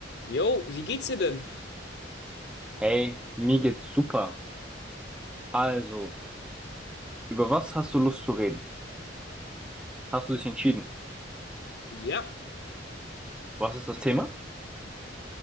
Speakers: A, on the left; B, in the centre.
A: Jo, wie geht's dir denn?
B: Hey, mir geht's super. Also, über was hast du Lust zu reden? Hast du dich entschieden?
A: Ja,
B: Was ist das Thema?